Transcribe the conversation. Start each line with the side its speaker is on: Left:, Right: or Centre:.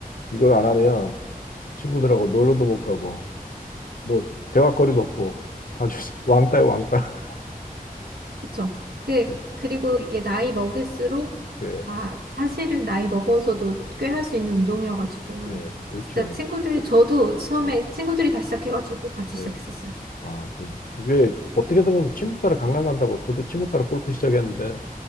Left: 이걸 안 하면 친구들하고 놀러도 못 가고, 뭐, 대화거리도 없고, 아주 <laughs> 왕따요, 왕따.
Right: 그쵸? 그,
Left: 네,
Right: 그리고 이게 나이 먹을수록,
Left: 네,
Right: 아, 사실은 나이 먹어서도 꽤 할 수 있는 운동이어가지고,
Left: 네, 그렇죠.
Right: 진짜 친구들, 저도 처음에
Left: 네,
Right: 친구들이 다 시작해가지고 같이
Left: 네.
Right: 시작했었어요.
Left: 아, 그- 그게 어떻게 보면 친구 따라 강남 간다고 저도 친구 따라 골프 시작했는데,